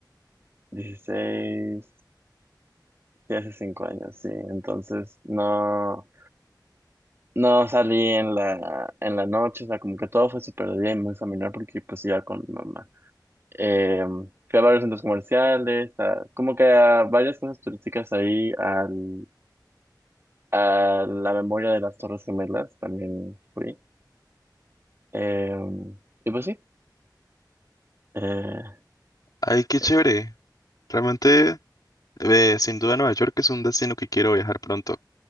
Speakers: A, on the right; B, on the left.
A: dieciséis sí, hace 5 años, sí. Entonces no, no salí en la, en la noche, o sea, como que todo fue súper de día y muy familiar porque pues iba con mi mamá. Eh, fui a varios centros comerciales, a- como que a varias cosas turísticas ahí, al A la memoria de las Torres Gemelas también fui. Eh, y pues sí. Eh,
B: Ay, qué chévere.
A: eh,
B: Realmente, eh, sin duda Nueva York es un destino que quiero viajar pronto.